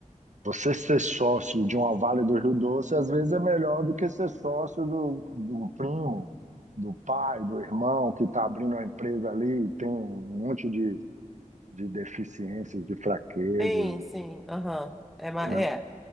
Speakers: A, on the right; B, in the centre.
A: você ser sócio de uma Vale do Rio Doce às vezes é melhor do que ser sócio do, do primo, do pai, do irmão que está abrindo uma empresa ali, e tem um monte de de deficiências, de fraquezas,
B: Sim, sim, aham. É, ma-
A: né?
B: é,